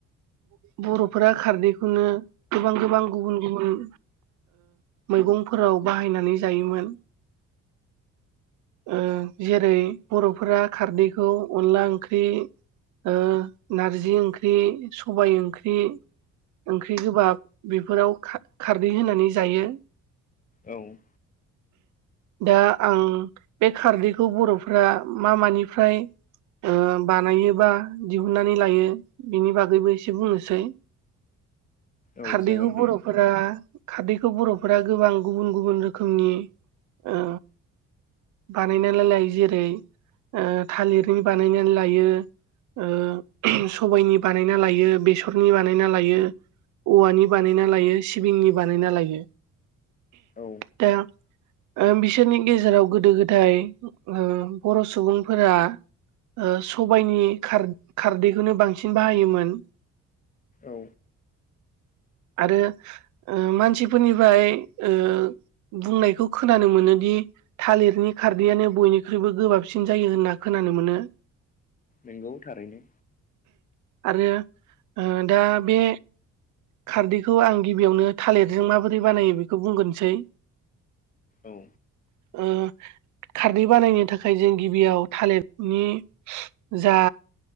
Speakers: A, on the right; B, on the left.
A: बर'फोरा खारदैखौनो गोबां गोबां गुबुन गुबुन मैगंफोराव बाहायनानै जायोमोन। ओ जेरै बर'फोरा खारदैखौ अनला ओंख्रि ओ नारजि ओंख्रि सबाय ओंख्रि ओंख्रि गोबाब बेफोराव खारदै होनानै जायो।
B: औ।
A: दा आं बे खारदैखौ बर'फ मा मानिफ्राय बानायोबा नानै लायो बिनि बागैबो एसे बुंनोसै
B: औ
A: खारदैखौ
B: जागोन
A: बर'
B: दे
A: फोरा खारदैखौ बर'फोरा गोबां गुबुन गुबुन रोखोमनि ओ बानायनायलाय जेरै थालिरनि बानायनानै लायो सबायाइनि बानायना लायो बेसरनि बानायना लायो। औवानि बानायना लायो सिबिंनि बानायना लायो
B: औ।
A: दा ओ बिसोरनि गेजेराव गोदो गोदाय ओ बर' सुबुंफोरा ओ सबाइनि खार-खारदैखौनो बांसिन बाहायोमोन
B: औ
A: आरो ओ मानसिफोरनिफ्राय ओ बुंनायखौ खोनानो मोनोदि थालिरनि खारदैयानो बयनिख्रुइबो गोबाबसिन जायो होनना खोनानो मोनो।
B: नोंगौ थारैनो
A: आरो दा बे खारदैखौ आं गिबियावनो थालिरजों माबोरै बानायो बेखौ बुंग्रोनोसै।
B: औ
A: उम खारदै बानायनो थाखाय जों गिबियाव थालिरनि जा